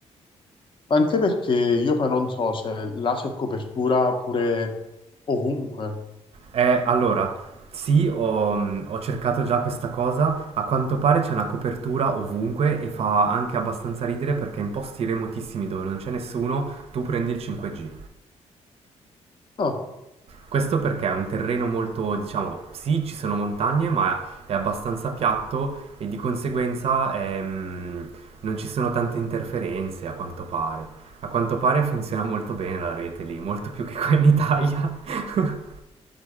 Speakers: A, on the left; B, on the right.
A: Anche perché io poi non so se là c'è copertura pure ovunque.
B: Eh, allora, sì, ho, mm, ho cercato già questa cosa. A quanto pare c'è una copertura ovunque e fa anche abbastanza ridere perché in posti remotissimi dove non c'è nessuno, tu prendi il 5G.
A: No,
B: Questo perché è un terreno molto, diciamo, sì, ci sono montagne, ma è abbastanza piatto e di conseguenza ehm, non ci sono tante interferenze, a quanto pare. A quanto pare funziona molto bene la rete lì, molto più che qua in Italia. <laughs>